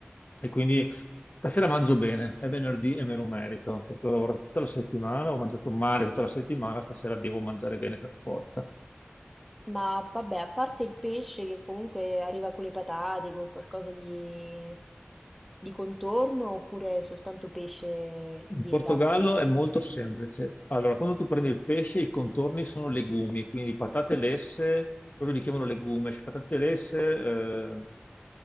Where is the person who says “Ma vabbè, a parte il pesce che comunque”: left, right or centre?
Centre